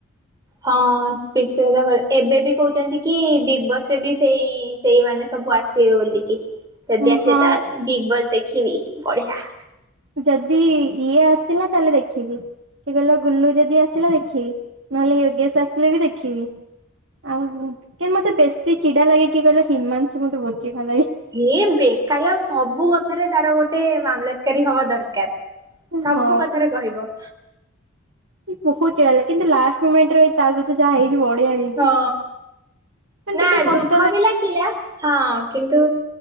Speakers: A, on the right (about 20°); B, on the right (about 60°).
A: ହଁ ସ୍ପ୍ଲିଟି ଭଲ ଏବେ ବି କହୁଛନ୍ତି କି ବିଗ୍ ବସ ରେ ବି ସେଇ ସେଇ ମାନେ ସବୁ ଆସ। ସିଏ ବୋଲିକି ଯଦି
B: ହଁ
A: ସିଏ ତା ବିଗ୍ ବସ୍ ଦେଖିନି ବଢିଆ।
B: ଯଦି ଇଏ ଆସିଲା ତାହେଲେ ଦେଖିବି। କିଏ କହିଲା ଗୁଲୁ ଯଦି ଆସିଲା ଦେଖିବି ନହେଲେ ୟୋଗେଶ ଆସିଲେ ବି ଦେଖିବି। ଆଉ କେ ମତେ ବେଶୀ ଚିଡା ଲାଗେ କିଏ କହିଲ ହିମାଂଶୁ ମତେ ବହୁତୁ ଚିଡ଼ା ଲାଗେ।
A: ହେ ବେକାରୀ ଆଉ ସବୁ କଥାରେ ତାର ଗୋଟେ ମାମଲାତି କାରୀ ହବା ଦରକାରେ। ସବୁ
B: ହଁ
A: କଥାରେ କହିବ।
B: ବହୁତୁ ଚିଡାଲାଗେ କିନ୍ତୁ ଲାଷ୍ଟେ ମୁମେଣ୍ଟରେ ତା ସହିତ ଯାହା ହେଇଛି ବଢିଆ ହେଇଛି।
A: ହଁ
B: ମାନେ
A: ନା
B: ଟିକେ କଷ୍ଟ
A: ଦୁଃଖ ବି ଲାଗିଲା ହଁ କିନ୍ତୁ